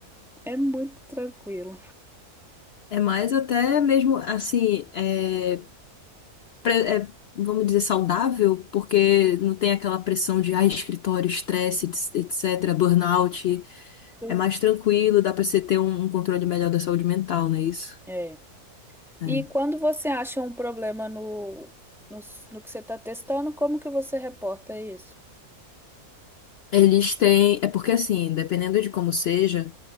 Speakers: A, in the centre; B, on the left (about 70°).
A: É muito tranquilo.
B: É mais até mesmo assim, é, pre- é, vamos dizer, saudável, porque não tem aquela pressão de ah, escritório, estresse, etc, etc, burnout.
A: Sim.
B: É mais tranquilo, dá pra você ter um, um controle melhor da saúde mental, não é isso?
A: É.
B: É.
A: E quando você acha um problema no, no, no que você está testando, como que você reporta isso?
B: Eles têm. É porque assim, dependendo de como seja